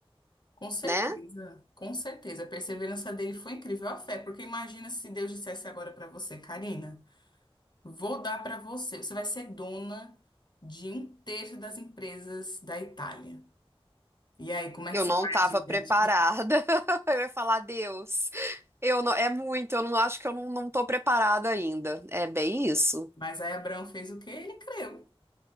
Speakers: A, on the left (about 50°); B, on the right (about 25°).
A: Com certeza,
B: né?
A: com certeza. A perseverança dele foi incrível, a fé, porque imagina se Deus dissesse agora para você, Karina, vou dar para você, você vai ser dona de um terço das empresas da Itália. E aí, como é
B: Eu
A: que você
B: não
A: vai
B: estava
A: agir
B: preparada.
A: diante disso?
B: <laughs> Eu ia falar, Deus, eu não, é muito, eu não acho que eu não, não estou preparada ainda. É bem isso.
A: Mas aí Abraão fez o quê? Ele creu.